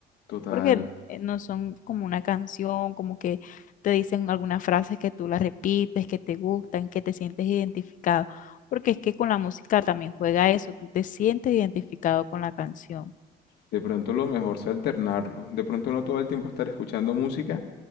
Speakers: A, on the left; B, on the left.
A: Total.
B: porque eh, no son como una canción, como que te dicen algunas frases que tú las repites, que te gustan, que te sientes identificado, porque es que con la música también juega eso, tú te sientes identificado con la canción.
A: De pronto lo mejor es alternarlo. De pronto no todo el tiempo estar escuchando música